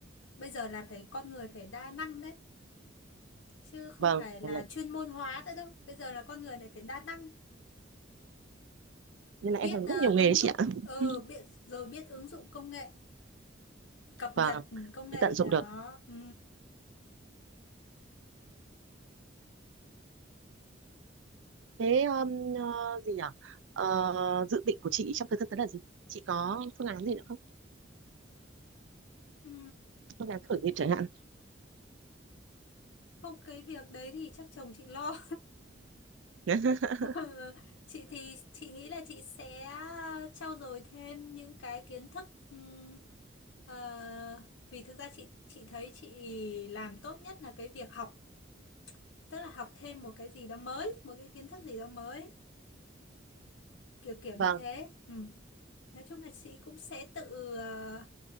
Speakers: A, on the left; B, on the right.
A: Bây giờ là phải con người phải đa năng đấy, chứ không
B: vâng
A: phải là
B: nên là,
A: chuyên môn hóa nữa đâu. Bây giờ là con người lại phải đa năng,
B: nên là
A: biết
B: em làm
A: ờ,
B: rất nhiều nghề
A: ứng
B: chị
A: dụng,
B: ạ
A: ờ
B: <laughs>
A: biết rồi biết ứng dụng công nghệ, cập
B: vâng
A: nhật ừ, công nghệ
B: để tận dụng
A: đó.
B: được
A: Ừ.
B: thế um, ờ, gì nhỉ Ờ, dự định của chị trong thời gian tới là gì chị có phương án gì nữa không
A: Ừ.
B: phương án khởi nghiệp chẳng hạn
A: Không cái việc đấy thì chắc chồng chị lo.
B: <laughs>
A: <laughs> Ừ, Chị thì chị nghĩ là chị sẽ trau dồi thêm những cái kiến thức ừm, ờ, vì thực ra chị chị thấy chị làm tốt nhất là cái việc học tức là học thêm một cái gì đó mới một cái kiến thức gì đó mới kiểu kiểu
B: vâng
A: như thế ừ. nói chung là chị cũng sẽ tự ờ,